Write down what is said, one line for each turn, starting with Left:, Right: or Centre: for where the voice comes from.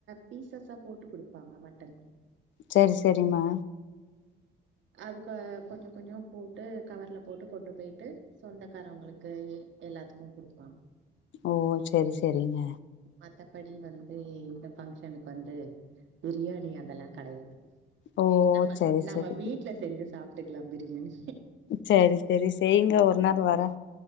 Right: பீசஸா போட்டு குடுப்பாங்க மட்டன்
Left: சரி சரிம்மா
Right: அதுக்கு கொஞ்சம் கொஞ்சம் போட்டு கவர்ல போட்டு கொண்டு போயிட்டு சொந்தக்காரவங்களுக்கு எல்லாத்துக்கும் கொடுப்பாங்க
Left: ஓ சரி சரிங்க
Right: மத்தபடி வந்து இந்த பங்க்ஷனுக்கு வந்து பிரியாணி அதெல்லாம் கிடையாது
Left: ஓ
Right: நம்ம
Left: செரி
Right: நம்ம
Left: செரி
Right: வீட்டு செஞ்ச சாப்பிட்டுக்கலாம் பிரியாணி
Left: சரி சரி செய்ங்க ஒரு நாள் வரோ